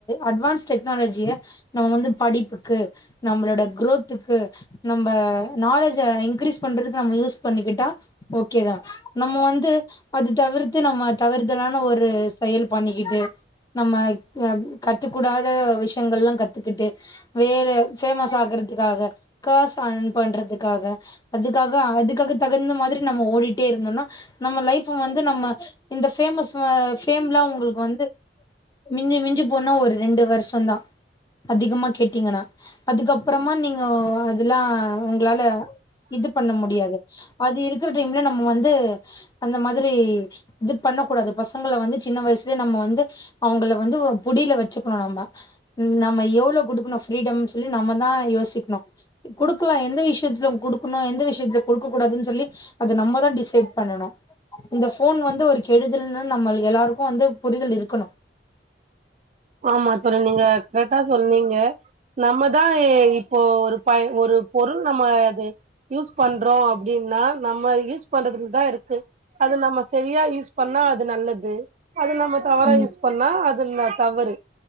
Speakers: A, on the left; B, on the right.
A: அட்வான்ஸ் டெக்னாலஜிய நம்ம வந்து படிப்புக்கு நம்மளோட குரு குரோதுக்கு நம்ம நாலேஜ இன்கிரீஸ் பண்றதுக்கு நம்ம யூஸ் பண்ணிக்கிட்டா ஓகே தா நம்ம வந்து அது தவிர்த்து நம்ம தவறுதலான ஒரு செயல் பண்ணிக்கிட்டு நம்ம கத்துக்கூடாத விஷயங்கள்லா கத்துக்கிட்டு வேற ஃபேமஸ் ஆகுறது க்காக காச அன் பண்றதுக்காக அதுக்காக அதுக்காக தகுந்த மாதிரி நம்ம ஓடிட்டே இருந்தோனா நம்ம லைப் வந்து நம்ம இந்த ஃபேமஸ் ஃபேம்லா அவுங்ளுக்கு வந்து மிஞ்சி மிஞ்சி போனா ஒரு ரெண்டு வருஷோ தா அதிகமா கேட்டீங்கன்னா அதுக்கப்பறமா நீங்க அதெல்லா உங்களால இது பண்ண முடியாது அது இருக்கற டைம்ல நம்ம வந்து அந்த மாதிரி இது பண்ணக்கூடாது பசங்கள வந்து சின்ன வயசுலே நம்ம வந்து அவுங்கள வந்து புடில வச்சுக்கணு நம்ம நம்ம எவ்ளோ குடுக்கணு ஃபிரிடம் சொல்லி நம்மதா யோசிக்கணு குடுக்கலா எந்த விஷயத்துல குடுக்குணு எந்த விஷயத்துல குடுக்க கூடாதுனு சொல்லி அத நம்ம தா டிசைட் பண்ணனு இந்த ஃபோன் வந்து ஒரு கெடுதல் நம்மள் எல்லாருக்கு வந்து புரிதல் இருக்கணு
B: ஆமா தோழி நீங்க கரெட்டா சொன்னீங்க நம்மதான் இப்போ ஒரு பயன் ஒரு பொருள் நம்ம அது யூஸ் பண்றோம் அப்படின் நா நம்ம யூஸ் பண்றதுலதான் இருக்கு அது நம்ம சரியா யூஸ் பண்ணா அது நல்லது அது நம்ம தவற
A: ம்
B: யூஸ் பண்ணா அது தவறு